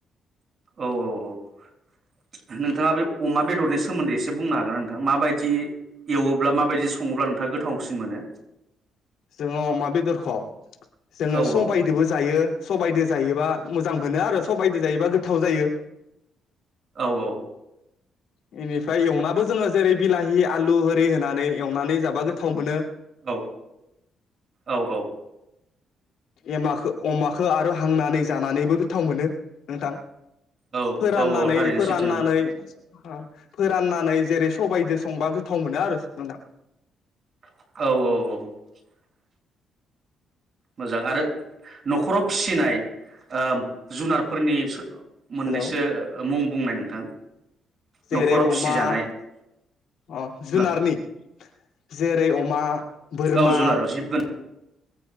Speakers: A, on the right; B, on the left.
A: औ औ औ नोंथाङा बे अमा बेदरनि सोमोन्दै एसे बुंनो हागोन नोंथां माबायदि एवोब्ला माबायदि सङोब्ला नोंथाङा गोथावसिन मोनो
B: जोङो अमा बेदरखौ। जोङो
A: औ
B: सबायदोंबो
A: औ
B: जायो। सबायाइजों जायोबा मोजां मोनो आरो सबाइद जायोबा गोथाव जायो।
A: औ औ।
B: बेनिफ्राय एवनाबो जोङो जेरै बिलाहि आलु ओरि होनानै एवनानै जाबा गोथाव मोनो।
A: औ औ औ।
B: एमाखौ अमाखौ आरो हांनानै जानानैबो गोथाव मोनो नोंथां।
A: औ
B: फोराननानै
A: औ औ थारैनो
B: फोराननानै।
A: सैथो
B: ओ फोराननानै जेरै सबायाइजों संबा गोथाव मोनो आरो नोंथां।
A: औ औ औ। मोजां आरो नखराव फिसिनाय ओ जुनारफोरनि। मोननैसो
B: हेलौ
A: मुं। बुंनाय नोंथां।
B: जेरै
A: न'खराव
B: अमा
A: फिसिजानाय
B: अ
A: जुनार
B: जुनारनि जेरै अमा। बोरमा
A: औ जुनार जिब गोन